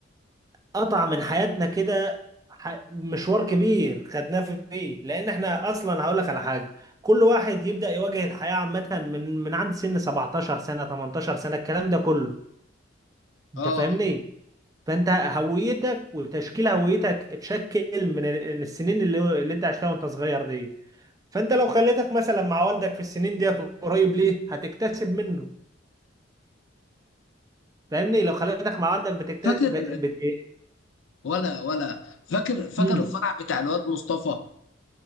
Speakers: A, on the right; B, on the left.
A: قطع من حياتنا كده ح- مشوار كبير خدناه في- فيه لان احنا اصلا هقول لك على حاجه كل واحد يبدا يواجه الحياه عامه من من عند سن 17 سنه 18 سنه الكلام ده كله انت
B: اه
A: فاهمني فانت هويتك وتشكيل هويتك اتشكل من ال- السنين اللي اللي انت عشتها وانت صغير دي فانت لو خليتك مثلا مع والدك في السنين ديت قريب ليه هتكتسب منه فاهمني لو خليتك مع والدك بتكتسب
B: فاكر
A: بت... بت... إيه؟
B: ولا ولا فاكر فاكر
A: مم.
B: الفرح بتاع الواد مصطفى